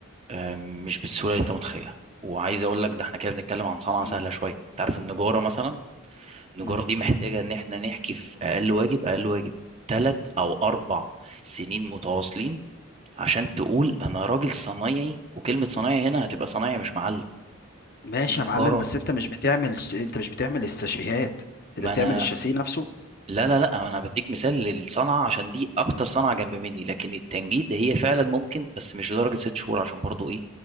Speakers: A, on the right; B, on the left.
A: آه، مش بالسهوله اللي انت متخيلها وعايز اقول لك ده احنا كده بنتكلم عن صنعه
B: مم.
A: سهله شويه انت عارف النجاره مثلا النجاره
B: مم.
A: دي محتاجه ان احنا نحكي في اقل واجب اقل واجب ثلاث او اربع سنين متواصلين عشان تقول
B: مم.
A: انا راجل صنايعي وكلمه صنايعي هنا هتبقى صنايعي مش معلم
B: ماشي
A: النجاره
B: يا معلم بس انت مش بتعمل انت مش بتعمل الساشيهات انت
A: ما
B: بتعمل
A: انا
B: الشاسيه نفسه
A: لا لا لا انا بديك مثال للصنعه عشان دي
B: مم.
A: اكتر صنعه جنب مني لكن التنجيد هي فعلا ممكن بس مش لدرجه ست شهور عشان برضو ايه